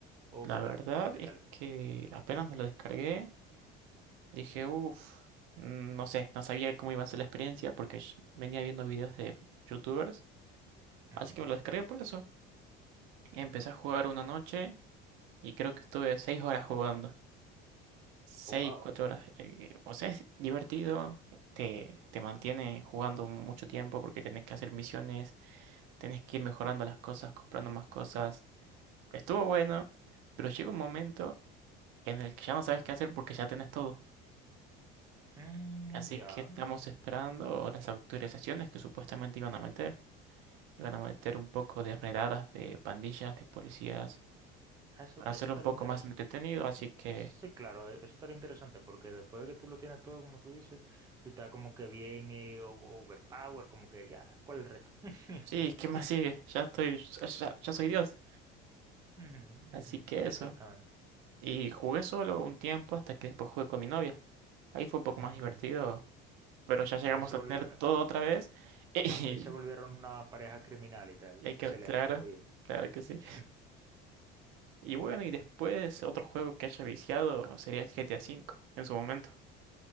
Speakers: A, on the right; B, on the right.
A: ¿O
B: La
A: qué
B: verdad
A: tal? ¿Qué
B: es
A: tal?
B: que apenas me lo descargué, dije, uff, no sé, no sabía cómo iba a ser la experiencia porque sh- venía viendo videos de youtubers.
A: Ujú.
B: Así que me lo descargué por eso. Empecé a jugar una noche y creo que estuve seis horas jugando. Seis,
A: Oh, wow.
B: cuatro horas. eh, o sea, es divertido, te, te mantiene jugando mucho tiempo porque tenés que hacer misiones, tenés que ir mejorando las cosas, comprando más cosas. Estuvo bueno, pero llega un momento en el que ya no sabes qué hacer porque ya tenés todo.
A: Mm,
B: Así
A: ya,
B: que estamos esperando las autorizaciones que supuestamente iban a meter. Iban a meter un poco de redadas de pandillas, de policías,
A: eso,
B: para
A: eso
B: hacerlo
A: estaría
B: un poco
A: interesante.
B: más entretenido. Así que,
A: Sí, claro, e- eso estaría interesante porque después de que tú lo tienes todo, como tú dices, tú estás como que bien eh, o- overpower, como que ya, ¿cuál es el reto? <laughs>
B: sí, ¿qué más sigue? Ya estoy, ya ya- ya soy Dios.
A: Ujú,
B: Así
A: ujú,
B: que
A: Exactamente.
B: eso. Y jugué solo un tiempo hasta que después jugué con mi novia. Ahí fue un poco
A: Ujú,
B: más divertido,
A: ujú.
B: pero ya llegamos
A: Ahí se
B: a
A: volvió,
B: tener todo otra vez. <laughs> Y,
A: ahí se volvieron una pareja criminal y tal.
B: y hay
A: Excelente,
B: que, claro,
A: muy bien.
B: claro que sí.
A: <laughs>
B: Y bueno, y después otro juego que haya viciado sería el GTA V en su momento.